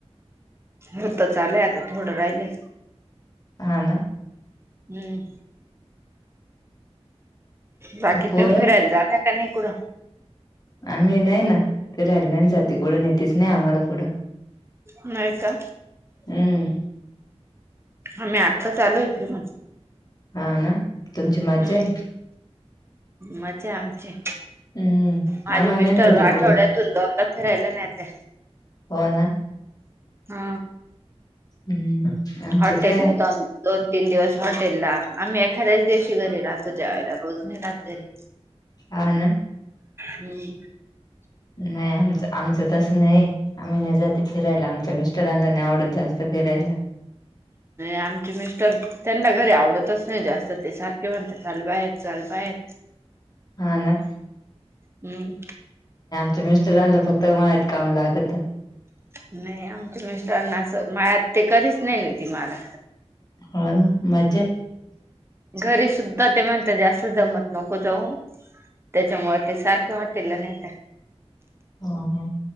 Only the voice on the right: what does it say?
होतंच आलय आता थोडं राहिलय.
हम्म बाकी
तुम्ही फिरायला जात का नाही कुठं.
नाय का
आम्ही आत्ताच आलोय फिरून
हम्म
मजा आहे आमची
माझे
मिस्टर
आठवड्यातून
दोनदा फिरायला न्हेते.
हा
हॉटेलला
दोन दोन तीन दिवस हॉटेलला आम्ही एखाद्याच दिवशी घरी राहतो जेवायला रोज नाही राहत घरी
हम्म
आमचे मिस्टर त्यांना घरी आवडतच नाही जास्त ते सारखे म्हणतात चल बाहेर चल बा हेर
हम्म
नाही आमच्या मिस्टरांना अस मा ते कधीच नाही नवती मला
घरी सुद्धा ते म्हणत जास्त जमत नको जाऊ त्याच्यामुळे ते सारखे वाटेल नाही त्या